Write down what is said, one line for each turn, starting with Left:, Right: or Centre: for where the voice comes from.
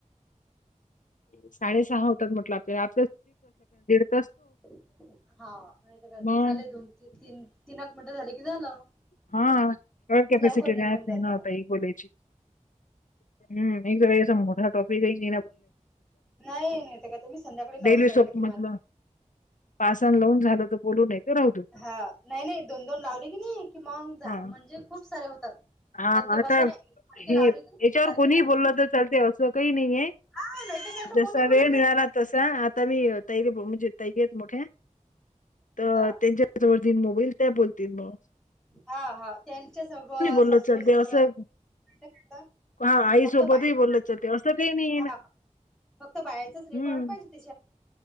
Left: साडे सहा होतात म्हटलं आपल्याला <unintelligible>
Centre: <unintelligible>
Left: मग?
Centre: झाले की झालं
Left: हा त्यामुळं कॅपसिटी
Centre: लवकर निघून
Left: राहात
Centre: जात
Left: नाही ना
Centre: हा
Left: हो ताई बोलायची. <unintelligible>
Centre: नाही नाही ते काय तर मी संध्याकाळी लावून
Left: डेली
Centre: पाहिल
Left: सोप
Centre: तुम्हाला
Left: मधलं. पासन लावून झालं तर बोलू नाहीतर राहु देऊ.
Centre: हा नाही नाही दोन दोन लावले की नाही कि मग जा
Left: हा
Centre: म्हणजे खूप सारे होतात
Left: हा
Centre: पण ते
Left: आता
Centre: कसं आहे सारखे
Left: हे
Centre: लावले
Left: याच्यावर
Centre: की सारखे
Left: कोणीही
Centre: लावले
Left: बोललं तर चालते असं काही नाही आहे.
Centre: हा नाही तर काय तर
Left: जसा
Centre: कोणी बोलत
Left: वेळ मिळाला तसा आता मी तैणजे तैकेत मोठे तर
Centre: हा
Left: त्यांच्याच्यावरती मोबईल त्या बोलतील मग.
Centre: हा हा त्यांच्या सोबत
Left: बोलत
Centre: सासूबाई
Left: चालते
Centre: सोबत
Left: असं हा आई
Centre: फक्त
Left: सोबतही
Centre: बाहेर
Left: बोलत चाते असं काही नाही आहे
Centre: हा
Left: ना.
Centre: फक्त बाहेरचाच रेकॉर्ड
Left: हम्म.
Centre: पाहिजे त्याच्या.